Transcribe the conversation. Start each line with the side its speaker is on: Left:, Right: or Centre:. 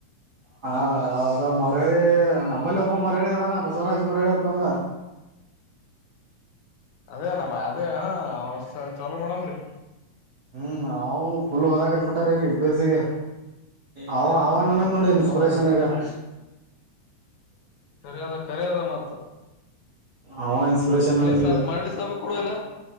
Right: ಹಾ ಅವದ ಮರಳಿ ನಮ್ಮಲ್ಲಿ ಒಬ್ಬ ಮರಳಿ ಅದಾನ ಬಸವರಾಜ್ ಮರಳಿ ಅತ್ತಂದ
Left: ಅದೇ ನಮ್ಮ ಅದೇ ಹ ಚಲೋ ಮಾಡಮ್ರಿ
Right: ಹ್ಮ್ ಅವು ಫುಲ್ ಓದಕತ್ ಬಿಟಾರ ಈಗ್ ಯು ಪಿ ಏ ಸ್ಸಿ ಗ್ ಅವ ಅವ ನನಗ್ ನೋಡಿ ಇನ್ಸ್ಪಿರೇಷನ್
Left: ಅವ ಎಲ್ಲ
Right: ಆಗ್ಯಾರ್
Left: ಖರೆ ಅದಾ ಖರೆ ಅದಾ ಮಾತು.
Right: ಅವ ಇನ್ಸ್ಪಿರೇಷನ್ ನನಗ
Left: ಸಾಬ್
Right: ಈಗ.
Left: ಮರಳಿ ಸಾಬ ಕೊಡುವಲ್ಲ